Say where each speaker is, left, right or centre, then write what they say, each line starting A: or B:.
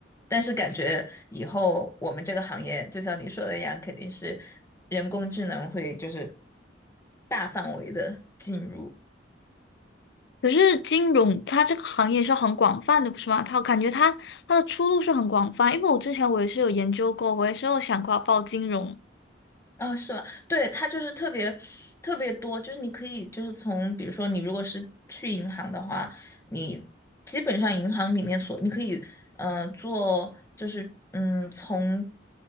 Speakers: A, on the left; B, on the left.
A: 但是感觉以后我们这个行业，就像你说的一样，肯定是人工智能会就是大范围的进入。
B: 可是金融它这个行业是很广泛的，不是吗？它感觉它它的出路是很广泛，因为我之前我也是有研究过，我也是有想过要报金融，
A: 啊，是吧？对，它就是特别特别多，就是你可以就是从，比如说你如果是去银行的话，你基本上银行里面所你可以，嗯，做就是嗯，从